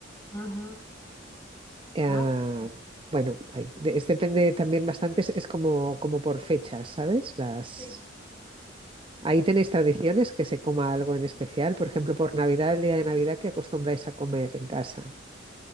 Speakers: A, on the left (about 15°); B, on the right (about 25°).
A: ujú.
B: Eh,
A: Ah,
B: bueno, hay- de- es, depende también bastante, es, es como, como por fechas, ¿sabes? Las,
A: sí.
B: ahí tenéis tradiciones que se coma algo en especial. Por ejemplo, por Navidad, el día de Navidad, ¿qué acostumbráis a comer en casa?